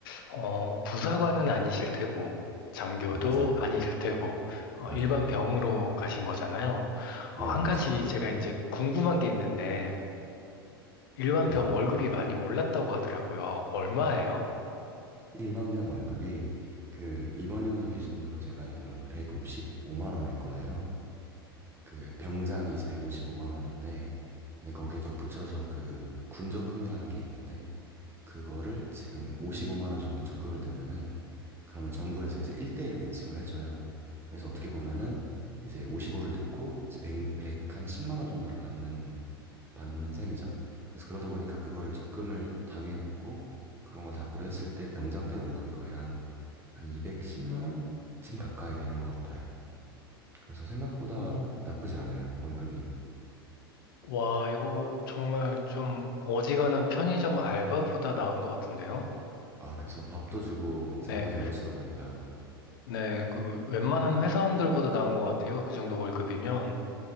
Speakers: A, on the left; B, on the right.
A: 어, 부사관은 아니실 테고, 장교도
B: 네, 맞아요.
A: 아니실 테고, 어,
B: 맞아요.
A: 일반 병으로 가신 거잖아요.
B: 네,
A: 어, 한
B: 맞죠.
A: 가지 제가 이제 궁금한 게 있는데, 일반
B: 네.
A: 병 월급이 많이 올랐다고 하더라고요. 얼마예요?
B: 일반병 월급이 그 이번 연도 기준으로 제가 알기로는 155만 원일 거예요. 그 병장이 이제 155만 원인데, 근데 거기에 덧붙여서 그 군적금이라는 게 있는데, 그거를 지금 55만 원 정도 적금을 넣으면은 그러면 정부에서 이제 1대1 매칭을 해줘요. 그래서 어떻게 보면은 이제 55를 넣고 이제 100, 한 10만 원 정도를 받는, 받는 셈이죠. 그래서 그러다 보니까 그거를 적금을 당연히 넣고 그런 걸 다 고려했을 때 병장 때 월급이 거의 한, 한 210만 원쯤 가까이 되는 것 같아요. 그래서 생각보다
A: 오.
B: 나쁘지 않아요, 월급이.
A: 와, 이거 정말 좀 어지간한 편의점 알바보다 나은 것 같은데요?
B: 아, 그쵸. 밥도 주고
A: 네.
B: 잠도 재워주다 보니까
A: 네, 그 웬만한 회사원들보다 나은 것 같아요. 그 정도 월급이면.